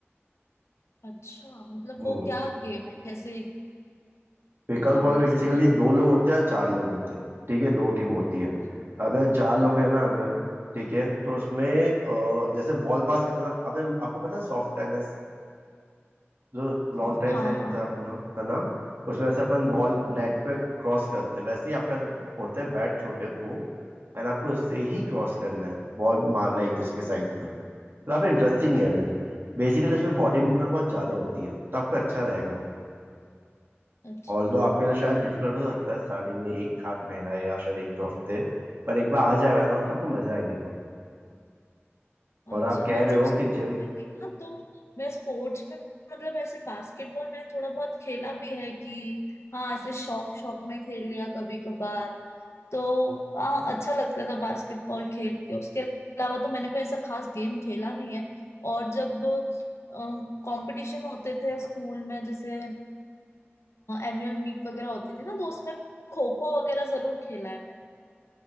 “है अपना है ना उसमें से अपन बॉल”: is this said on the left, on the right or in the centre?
Right